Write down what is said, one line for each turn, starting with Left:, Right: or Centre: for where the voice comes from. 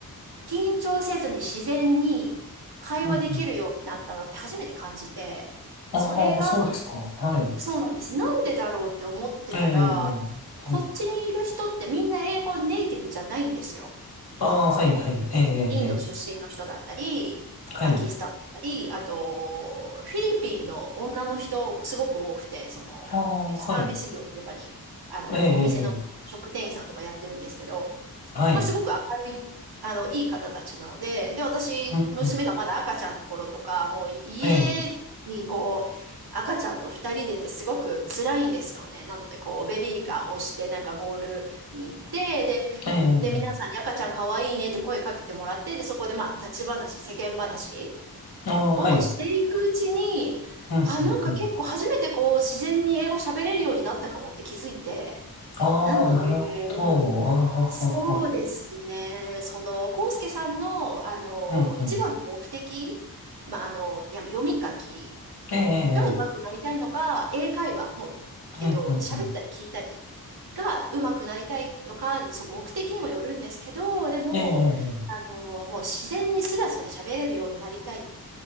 Right: 緊張せずに自然に会話できるようになったなって初めて感じて、
Left: うんああ、
Right: それが、
Left: そうですか。はい。
Right: そうなんです。なんでだろうって思ってたら、
Left: ええ、え
Right: こっちにいる人ってみんな英語ネイティブじゃないんですよ。
Left: え、ええ。ああ、
Right: その、
Left: はい、はい。ええ、ええ、
Right: インド出身の人だったり、
Left: ええはい。
Right: パキスタンだったり、あと、フィリピンの女の人、すごく多くて、その、
Left: ああ、
Right: えっとサービス業とかに、
Left: はい。
Right: あの、
Left: ええ、ええ、
Right: お店の食店員さんとかやってるんですけど、
Left: ええはい。
Right: まあ、すごく明るい、あの、いい方たちなので、で、私、
Left: うん、
Right: 娘がまだ赤ちゃんの頃とか、
Left: うん。
Right: もう家にこう、
Left: ええ、
Right: 赤ちゃんと二人でってすごく辛いんですよね。なので、こう、ベビーカーを押して、なんかモールに行って、
Left: ええ、
Right: で、で、
Left: ええ。
Right: 皆さんに赤ちゃん可愛いいねって声かけてもらって、で、そこでまあ、立ち話、世間話
Left: ああ、
Right: をしていくうちに、
Left: はい。うん、
Right: あ、
Left: うん、
Right: なんか結構初めてこう、
Left: うん。
Right: 自然に英語喋れるようになったかもって気づいて、
Left: ああ、
Right: なので、
Left: なるほど。
Right: もう、
Left: ああ、
Right: そうですね、その、コウスケさんの、あの、
Left: うん、うん。
Right: 一番の目的、まあ、あの、いや、読み書き
Left: ええ、ええ、
Right: が上手くなりたいのか、英会話、もう、
Left: ええうん、
Right: えっと、
Left: うん、
Right: 喋ったり聞いたりが上手くなりたいのか、
Left: うん。
Right: そう、目的にもよるんですけど、でも、
Left: ええ、ええ、ええ
Right: あの、もう自然にスラスラ喋れるようになりたい